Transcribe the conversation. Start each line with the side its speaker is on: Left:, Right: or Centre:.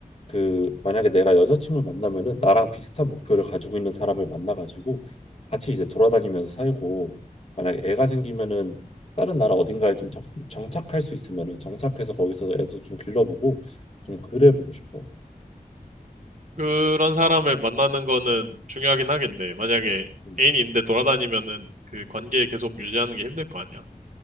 Left: 그 만약에 내가 여자친구를 만나면은 나랑 비슷한 목표를 가지고 있는 사람을 만나가지고 같이 이제 돌아다니면서 살고 만약에 애가 생기면은 다른 나라 어딘가에 좀 정, 정착할 수 있으면은 정착해서 거기서 애도 좀 길러보고 좀 그래 보고 싶어.
Right: 그런 사람을 만나는 거는 중요하긴 하겠네. 만약에
Left: 음,
Right: 애인이 있는데 돌아다니면은 그 관계 계속 유지하는 게 힘들 거 아니야.